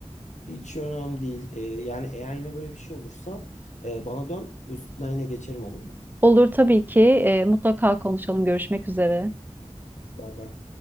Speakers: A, on the left; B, on the right.
A: hiç önemli değil. E, yani eğer yine böyle bir şey olursa e, bana dön, üstünden yine geçelim olur mu?
B: <laughs> Olur tabii ki Ee, mutlaka konuşalım görüşmek üzere.
A: Beraber.